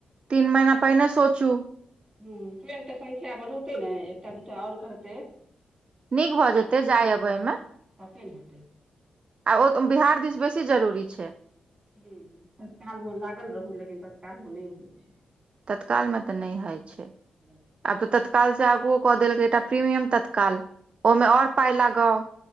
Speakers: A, on the right; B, on the right.
A: तीन महिना पहिने सोचू
B: हू ट्रेन कऽ संख्या बढ़ौतै न एकटा दूटा और कहतै
A: नीक भऽ जेतै जाय अबै मऽ
B: तखन हेतै
A: <inaudible> आ औ तऽ बिहार दिस बेसी जरूरी छै
B: हँ तत्कालमे लागल रहू लेकिन तत्कालमे नहि होइ छै
A: तत्कालमे तऽ नहि होइ छै
B: <inaudible>
A: आब तऽ तत्कालसँ आगुओ कऽ देलकै एकटा प्रीमियम तत्काल ओइमे और पाय लगाउ